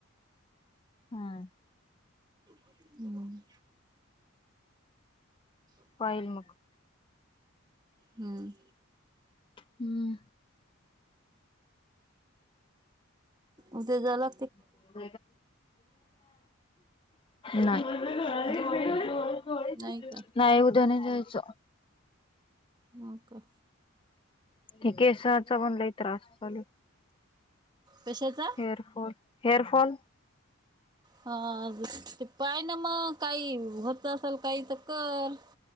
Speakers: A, on the left; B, on the right.
A: हा.
B: हम्म. <inaudible>
A: कोलमुख <inaudible>
B: हम्म.
A: हम्म.
B: उद्या झाला.
A: <inaudible> नाही.
B: हम्म
A: <inaudible>
B: नाही का
A: नाही उद्या नाही जायचं.
B: हो का.
A: हे केसचा पण लाय त्रास होता.
B: कशाचा?
A: Hair fall hair fall.
B: हा ते पाय ना मग काही व्हतं असेल काही तर कर.